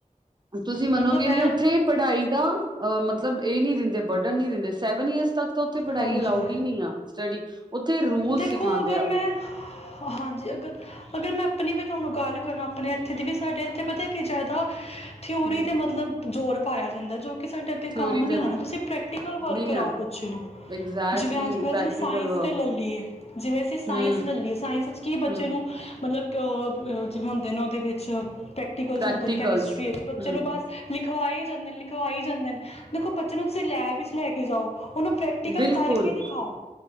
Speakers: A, on the right; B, on the left.
A: ਤੁਸੀਂ ਮੰਨੋਗੇ
B: ਮਤਲਬ
A: ਨੀ
B: ਐਨ
A: ਉੱਥੇ ਪੜ੍ਹਾਈ ਦਾ ਅ ਮਤਲਬ ਇਹ ਨੀ ਦਿੰਦੇ ਬਰਡਨ ਨਈ ਦਿੰਦੇ ਸੈਵਨ ਈਅਰਸ ਤੱਕ ਤਾਂ ਉੱਥੇ ਪੜ੍ਹਾਈ
B: ਹਾਂਜੀ
A: ਅਲਾਊਡ ਹੀ ਨਈ ਆ, ਸਟੱਡੀ ਉੱਥੇ ਰੂਲ
B: ਦੇਖੋ
A: ਸਿਖਾਉਂਦੇ
B: ਅਗਰ
A: ਆ।
B: ਮੈਂ ਹਾਂਜੀ ਅਗਰ- ਅਗਰ ਮੈਂ ਆਪਣੀ ਵੀ ਤੁਹਾਨੂੰ ਗੱਲ ਕਰਾਂ, ਆਪਣੇ ਇੱਥੇ ਦੀ ਵੀ ਸਾਡੇ ਤੇ ਪਤਾ ਕੀ ਜਾਦਾ ਥਿਊਰੀ
A: ਹਮ
B: ਤੇ ਮਤਲਬ ਜ਼ੋਰ ਪਾਏਆ ਜਾਂਦਾ ਜੋ ਕਿ ਸਾਡੇ ਅੱਗੇ
A: ਥਿਊਰੀ
B: ਕੰਮ ਨੀ
A: ਤੇ
B: ਆਣਾ ਤੁਸੀਂ ਪ੍ਰੈਕਟੀਕਲ ਵਰਕ
A: ਨਹੀਂ
B: ਕਰਾਓ
A: ਆਣਾ
B: ਬੱਚੇ ਨੂੰ।
A: ਐਗਜੈਕਟਲੀ
B: ਜਿਵੇਂ ਅੱਜ-ਕੱਲ੍ਹ
A: ਪ੍ਰੈਕਟੀਕਲ
B: ਅਸੀਂ ਸਾਇੰਸ
A: ਵਰਕ
B: ਤੇ ਲ ਲਈਏ ਜਿਵੇਂ ਅਸੀਂ ਸਾਇੰਸ
A: ਹਮ
B: ਲ ਲਈਏ ਸਾਇੰਸ ਵਿੱਚ ਕੀ ਬੱਚੇ
A: ਹਮ
B: ਨੂੰ ਮਤਲਬ ਕੇ ਓ ਅ ਜਿਵੇਂ ਹੁੰਦੇ ਨਾ ਉਹਦੇ ਵਿੱਚ ਪ੍ਰੈਕ ਪ੍ਰੈਕਟੀਕਲਸ
A: ਪ੍ਰੈਕਟੀਕਲਸ
B: ਹੁੰਦੇ ਨੇ ਕੈਮਿਸਟਰੀ ਵਿੱਚ ਬੱਚੇ
A: ਹਮ
B: ਨੂੰ ਬਸ ਲਿਖਵਾਏ ਜਾਂਦੇ ਨੇ ਲਿਖਵਾਈ ਜਾਂਦੇ ਨੇ ਦੇਖੋ ਬੱਚੇ ਨੂੰ ਤੁਸੀਂ ਲੈਬ ਵਿੱਚ ਲੈ ਕੇ ਜਾਓ ਉਹਨੂੰ ਪ੍ਰੈਕ ਟੀਕਲ
A: ਬਿਲਕੁਲ
B: ਕਰਕੇ ਦਿਖਾਓ।